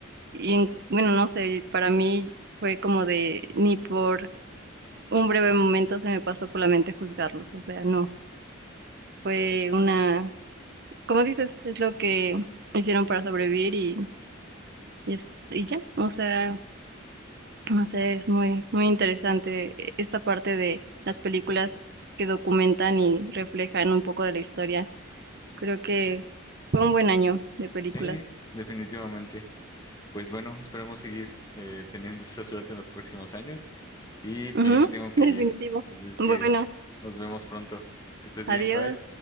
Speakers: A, on the right; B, on the left.
A: y en- bueno, no sé, para mí fue como de, ni por un breve momento se me pasó por la mente juzgarlos, o sea, no, fue una, como dices, es lo que hicieron para sobrevivir y, y, es- y ya, o sea, No sé, es muy, muy interesante eh, esta parte de las películas que documentan y reflejan un poco de la historia. Creo que fue un buen año de películas.
B: Sí, definitivamente. Pues bueno, esperemos seguir eh, teniendo esa suerte en los próximos años. Y pues
A: Ujú,
B: yo me tengo
A: <laughs>
B: que
A: definitivo.
B: ir. Así es que
A: Bueno,
B: nos vemos pronto. Que estés
A: adiós.
B: bien, bye.